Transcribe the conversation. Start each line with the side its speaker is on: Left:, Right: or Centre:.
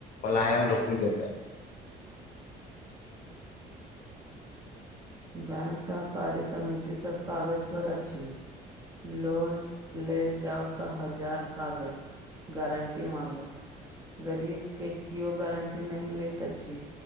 Left: पलायन रुकि जेतै।
Right: बैंक सहकारी समिति सभ कागज पर अछि। लोन लेल जाउ तऽ हजार कागज। गारंटी माँगत गरीब के केओ गारंटी नहि लैत अछि।